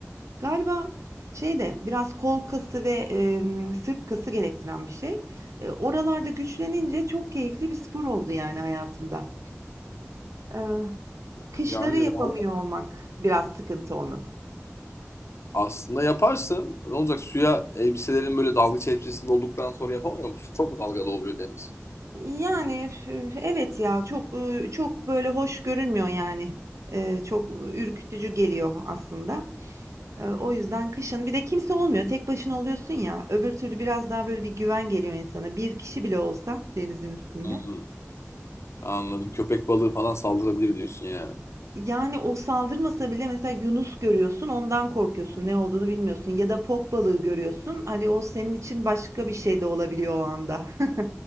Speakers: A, on the right (about 70°); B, on the left (about 60°).
A: Galiba şey de biraz kol kası ve e, sırt kası gerektiren bir şey. E, oralarda güçlenince çok keyifli bir spor oldu yani hayatımda. E, kışları
B: Yani
A: yapamıyor
B: vallahi
A: olmak biraz sıkıntı onu.
B: aslında yaparsın. Ne olacak? Suya elbiselerin böyle dalgıç elbisesi gibi olduktan sonra yapamıyor musun? Çok mu dalgalı oluyor deniz?
A: Yani, üf, evet ya, çok, ııı, çok böyle hoş görünmüyor yani. Eee, çok ürkütücü geliyor aslında. Eee, o yüzden kışın bir de kimse olmuyor, tek başına oluyorsun ya, öbür türlü biraz daha böyle bir güven geliyor insana. bir kişi bile olsa denizin üstünde,
B: Hı hı. Anladım. Köpek balığı falan saldırabilir diyorsun yani.
A: yani, o saldırmasa bile mesela yunus görüyorsun, ondan korkuyorsun, ne olduğunu bilmiyorsun ya da fok balığı görüyorsun, hani, o senin için başka bir şey de olabiliyor o anda. <laughs>